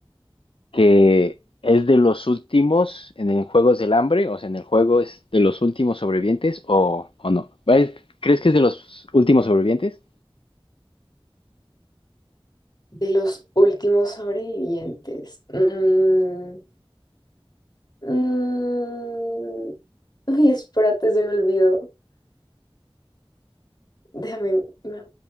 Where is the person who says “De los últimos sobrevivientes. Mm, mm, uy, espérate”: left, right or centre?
Left